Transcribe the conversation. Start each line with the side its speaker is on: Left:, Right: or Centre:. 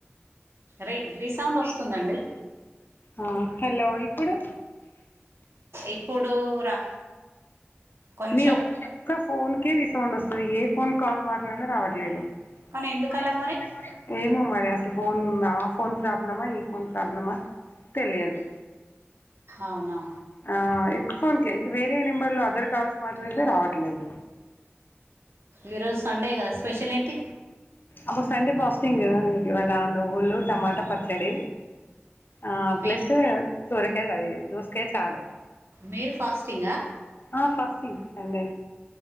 Right: రీ రీసౌండ్ ఒస్తుందండి
Left: ఆ హలో ఇప్పుడు
Right: ఇప్పుడు రా కొంచెం
Left: మీ ఒక్క ఫోన్కే రిసౌండ్ ఒస్తది ఏ ఫోన్ కాల్ మాట్లాడినా రావట్లేదు
Right: కానీ ఎందుకు
Left: మరి
Right: అలా
Left: ఎందుకండి మరి ఏమో మరి అసలు ఫోన్ ఆ ఫోన్ ప్రాబ్లమా ఈ ఫోన్ ప్రాబ్లమా తెలియదు
Right: అవునా
Left: ఆ ఒక్క ఫోన్క వేరే నెంబర్లో అదర్ కాల్స్ మాట్లాడితే రావట్లేదు
Right: ఈరోజు సండే కదా స్పెషల్ ఏంటి
Left: అబ్బ సండే ఫాస్టింగ్ ఇవాళ నువ్వులు టమాట పచ్చడి ఆ
Right: మీ
Left: ప్లస్ సొరకాయ అది దోసకాయ చారు
Right: మీరు ఫాస్టింగా
Left: ఆ ఫాస్టింగ్ సండే